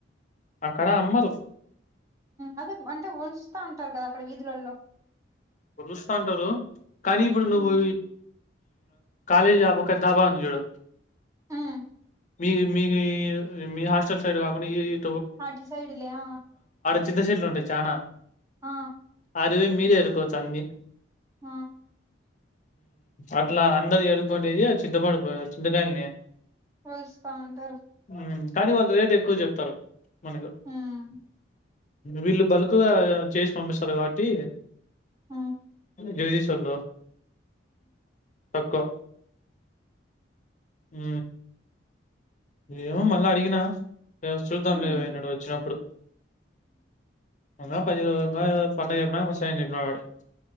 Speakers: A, on the left (about 40°); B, on the right (about 15°).
A: అక్కడ అమ్మరు
B: అదే అంటే ఉల్చుతా ఉంట ఉంటారు కదా అక్కడ వీధులలో
A: ఇప్పుడు చూస్తా ఉంటారు కానీ ఇప్పుడు నువ్వు
B: హ్మ్
A: కాలజపో క బాంది జడ
B: హ్మ్
A: మీ మీకు మీ హాస్టల్ సైడ్ కాకుండా ఈ
B: ఆటి సైడ్లయా
A: చింతశెట్లు ఉంటాయి చాలా
B: ఆ
A: అరువే మీరేరుకు చన్ని
B: ఆ
A: అట్లా అందరి అడుగుంటేది చింతపడు చింతకాయలని
B: ఒలుస్తవుంటారు
A: మ్మ్ కానీ వాళ్ళు రేట్ ఎక్కువ చెప్తారు మనకు
B: హ్మ్
A: వీళ్ళు బల్క్గా చేసి పంపిస్తారు కాబట్టి
B: ఆ
A: జోది చల్ తక్కువ హూ ఎమో మల్లా అడిగినా వ చూద్దాం
B: హ్మ్
A: లేవే అన్నాడు వచ్చినప్పుడు ఇంగా పదిరో ఇంగా పండగ అయిపోనక వస్సాయి అని చెప్పినాడు వాడు